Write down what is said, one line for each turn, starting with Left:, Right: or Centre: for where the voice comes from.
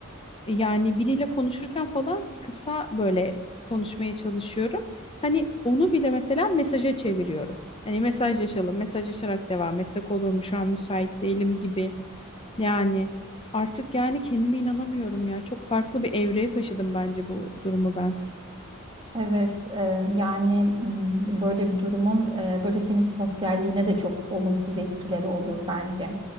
Left: Yani biriyle konuşurken falan kısa böyle konuşmaya çalışıyorum. Hani onu bile mesela mesaja çeviriyorum. Hani mesajlaşalım, mesajlaşarak devam etsek olur mu? Şu an müsait değilim gibi. Yani artık yani kendime inanamıyorum ya. Çok farklı bir evreye taşıdım bence bu durumu ben.
Right: Evet, e, yani m, böyle bir durumun e, böyle senin sosyalliğine de çok olumsuz etkileri olur bence.